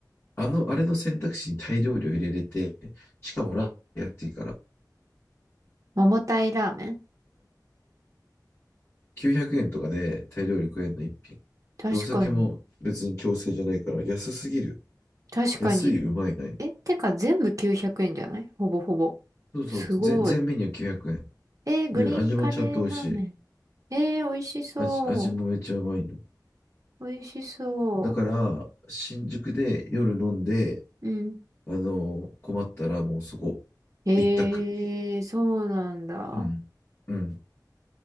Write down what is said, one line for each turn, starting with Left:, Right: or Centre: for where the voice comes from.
Left: あの、あれの選択肢に大量量入れれて、しかもラーメン安いから、
Right: 桃タイラーメン
Left: 900円とかでタイ料理食えんの一品。
Right: 確かに。
Left: で、お酒も別に強制じゃないから、安すぎる。
Right: 確かに。
Left: 安い、うまいない。
Right: え、てか全部900円じゃないほぼほぼ。
Left: そうそう、
Right: すごい。
Left: ぜ全メニュー900円。
Right: えー、グリーンカレーラーメン。
Left: で、味もちゃんと美味しい。
Right: えー、美味しそう。
Left: 味、味もめっちゃうまいの。
Right: 美味しそ
Left: だから、新宿で夜飲んで、
Right: う。うん。
Left: あの、困ったらもうそこ、
Right: えー、
Left: 一択。
Right: そうなんだ。
Left: うん。うん。